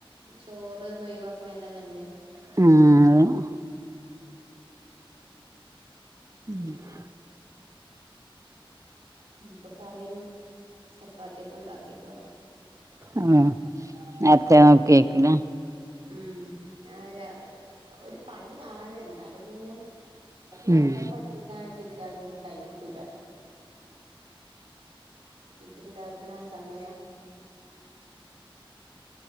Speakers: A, on the right; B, on the right.
A: ചോറ് ഒന്ന് ഒഴിവാക്കണല്ലേ നല്ലേ
B: <inaudible> <inaudible>
A: പിന്നെ മ് ഇപ്പൊ കറിയും ചപ്പാത്തിയൊക്കെ ഇണ്ടാക്കിട്ട് വേണം.
B: ആഹ് നേരത്തെ നോക്കി വെക്കുംല്ലേ
A: ഉം ഞ ഒരാ ഒരു പണിയാണ് എന്നാലും പിന്നെ മക്കളെ
B: ഉം
A: പഠിപ്പിക്കാനായിട്ടിരിക്കാനൊന്നും ടൈം കിട്ടൂല ഇത്ണ്ടാക്കണ സമയം